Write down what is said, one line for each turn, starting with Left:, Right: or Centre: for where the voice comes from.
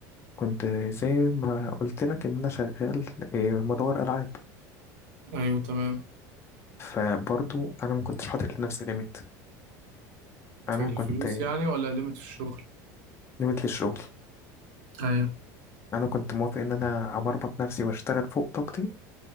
Left: كنت زي ما قلت لك ان انا شغال إيه، مطور العاب
Right: ايوه تمام
Left: فبرضو انا ما كنتش حاطط لنفسي ليميت انا
Right: في الفلوس
Left: كنت
Right: يعني ولا ليميت في الشغل
Left: نمت للشغل
Right: ايوه
Left: انا كنت موافق ان انا ابربط نفسي واشتغل فوق طاقتي